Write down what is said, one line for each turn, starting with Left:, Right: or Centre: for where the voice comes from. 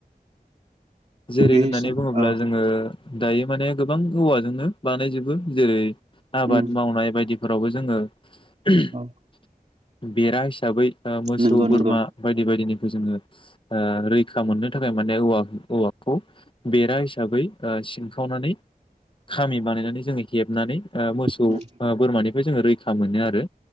Left: जेरै
Right: बे
Left: होननानै
Right: हिसा
Left: बुङोब्ला
Right: औ
Left: जोङो दायो माने गोबां औवाजोंनो बानायजोबो जेरै आबाद
Right: उम
Left: मावनाय बायदि फोरावबो जोङो <unintelligible>
Right: औ
Left: बेरा हिसाबै ओ मोसौ
Right: नंगौ
Left: बोरमा
Right: नंगौ
Left: बायदि बायदिनि जोंओ ओ रैखा मोननो थाखाय माने ओवा खौ बेरा हिसाबै ओ सिनखावनानै खामि बानायनानै जोङो हेबनानै ओ मोसौ ओ
Right: उम
Left: बोरमानि बे जोङो रैखा मोनो आरो।